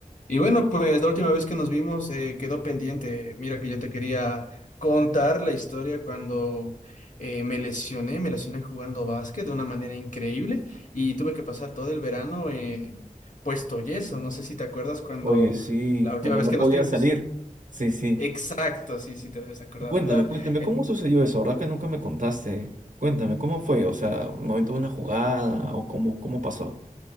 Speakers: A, on the left; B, on the right.
A: Y bueno, pues la última vez que nos vimos eh, quedó pendiente. Mira que yo te quería contar la historia cuando eh, me lesioné, me lesioné jugando básquet de una manera increíble y tuve que pasar todo el verano eh, puesto yeso. No sé si te acuerdas cuando
B: Oye, sí,
A: la última
B: cuando
A: vez
B: no
A: que
B: podía
A: nos vimos.
B: salir. Sí, sí.
A: Exacto, sí, sí te debes acordar,
B: Cuéntame,
A: ¿verdad?
B: cuéntame,
A: Eh,
B: ¿cómo sucedió eso? ¿Verdad que nunca me contaste? Cuéntame, ¿cómo fue? O sea, ¿el momento de una jugada o cómo, cómo pasó?